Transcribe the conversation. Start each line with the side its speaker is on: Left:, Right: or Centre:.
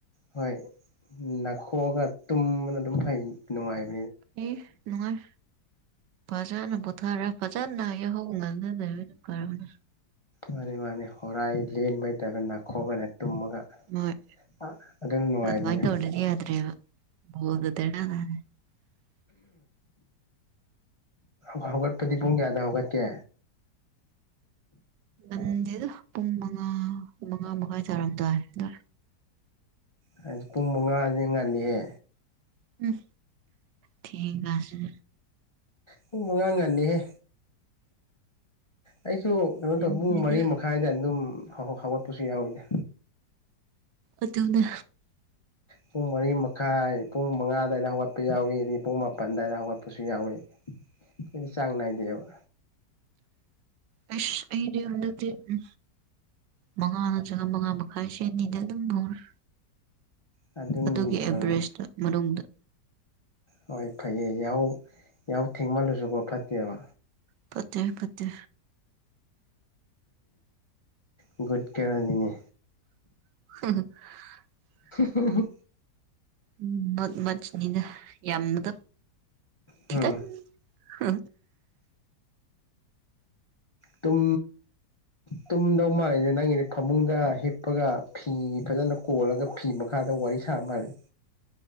Left: ꯍꯣꯏ ꯅꯥꯊꯣꯛꯑꯒ ꯇꯨꯝꯕꯅ ꯑꯗꯨꯝ ꯐꯩ ꯅꯨꯡꯉꯥꯏꯕ
Right: ꯍ ꯅꯨꯡꯉꯥꯏ ꯐꯖꯟꯅ ꯄꯣꯊꯔ ꯐꯖꯟꯅ ꯌꯥꯍꯧ ꯉꯟꯕꯅ ꯐꯥꯕꯅꯦ
Left: ꯃꯅꯦ ꯃꯅꯦ ꯍꯣꯔꯥꯏ ꯂꯦꯟꯕ ꯅꯥꯠꯇ ꯅꯈꯣꯕ ꯇꯨꯝꯃꯒ
Right: ꯃꯣꯏ
Left: ꯑꯥ ꯑꯗꯨꯅ ꯅꯨꯡꯉꯥꯏꯅꯤꯅꯦ
Right: ꯑꯗꯨꯃꯥꯏꯅ ꯇꯧꯗ꯭ꯔꯗꯤ ꯌꯥꯗ꯭ꯔꯦꯕ <unintelligible>
Left: ꯍꯧꯒꯠꯄꯗꯤ ꯄꯨꯡ ꯀꯌꯥꯗ ꯍꯧꯒꯠꯀꯦ
Right: ꯉꯝꯗꯦꯗ ꯄꯨꯡ ꯃ ꯃꯉꯥ ꯃꯉꯥ ꯃꯈꯥꯏ ꯇꯔꯝꯗꯥꯏ ꯑ
Left: ꯍꯥꯏ ꯄꯨꯡ ꯃꯉꯥꯁꯦ ꯉꯜꯂꯤꯍꯦ
Right: ꯎꯝ ꯊꯦꯡꯉꯥꯁꯦ
Left: ꯄꯨꯡ ꯃꯉꯥ ꯉꯥꯂꯤꯍꯦ ꯑꯩꯁꯨ ꯀꯩꯅꯣ
Right: ꯉꯝꯗꯦꯗ
Left: ꯇꯧꯋ ꯄꯨꯡ ꯃꯔꯤ ꯃꯈꯥꯏꯗ ꯑꯗꯨꯝ ꯍꯧꯒꯠꯄꯁꯨ ꯌꯥꯎꯏꯗ
Right: ꯑꯗꯨꯅ
Left: ꯄꯨꯡ ꯃꯔꯤ ꯃꯈꯥꯏ ꯄꯨꯡ ꯃꯉꯥ ꯑꯗꯨꯋꯥꯏꯗ ꯍꯧꯒꯠꯄ ꯌꯥꯎꯏꯤ ꯑꯗꯒꯤ ꯄꯨꯡ ꯃꯥꯄꯜ ꯑꯗꯨꯋꯥꯏꯗ ꯍꯧꯒꯠꯄꯁꯨ ꯌꯥꯎꯏ ꯑꯩꯈꯣꯏꯗꯤ ꯆꯥꯡꯅꯥꯏꯗꯦꯕ
Right: ꯑꯦꯁ ꯑꯩꯗꯤ ꯍꯟꯗꯛꯇꯤ ꯎꯝ ꯃꯉꯥ ꯅꯠꯇ꯭ꯔꯒ ꯃꯉꯥ ꯃꯈꯥꯏꯁꯦꯅꯤꯗ ꯑꯗꯨꯝ ꯍꯧꯔꯦ
Left: ꯑꯗꯨꯅ
Right: ꯑꯗꯨꯒꯤ ꯑꯦꯚꯔꯦꯁꯇ ꯃꯅꯨꯡꯗ
Left: ꯍꯣꯏ ꯐꯩꯌꯦ ꯌꯥꯍꯧ ꯌꯥꯍꯧ ꯊꯦꯡꯃꯜꯂꯨꯁꯨꯀꯣ ꯐꯠꯇꯦꯕ
Right: ꯄꯠꯇꯦ ꯄꯠꯇꯦ
Left: ꯎ ꯒꯨꯒꯔꯅꯤꯅꯦ
Right: <inaudible>
Left: ꯍ ꯍ
Right: ꯎꯝ ꯃꯠ ꯏꯗ ꯌꯥꯝꯗ
Left: ꯎꯝ
Right: ꯈꯤꯇꯡ ꯑ
Left: ꯇꯨꯝ ꯇꯨꯝꯗꯨꯏ ꯅꯪꯒꯤꯗꯤ ꯐꯃꯨꯡꯗ ꯍꯤꯞꯄꯒ ꯐꯤ ꯐꯖꯅ ꯀꯣꯜꯂꯒ ꯐꯤ ꯃꯈꯥꯗ ꯋꯥꯔꯤ ꯁꯥꯕ ꯃꯥꯂꯦ